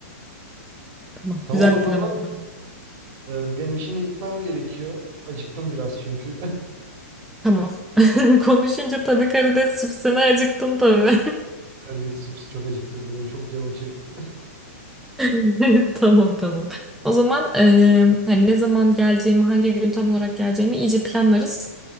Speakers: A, in the centre; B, on the right.
A: Tamam
B: Tamam
A: güzel
B: o
A: bir
B: zaman.
A: plan oldu.
B: Ee, benim şimdi gitmem gerekiyor. Acıktım biraz çünkü. <laughs>
A: Tamam. <laughs> Konuşunca tabii karides çipsine acıktın tabii.
B: Karides cipsi çok acıktırdı beni. Çok canım çekti.
A: <laughs> Tamam tamam. O zaman eee, hani ne zaman geleceğimi, hangi gün tam olarak geleceğimi iyice planlarız.